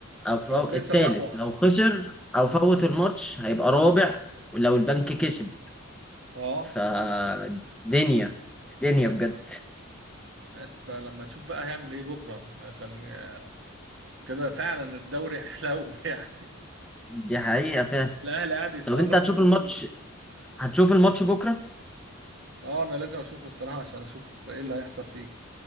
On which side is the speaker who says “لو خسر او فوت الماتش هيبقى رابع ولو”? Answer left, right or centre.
Centre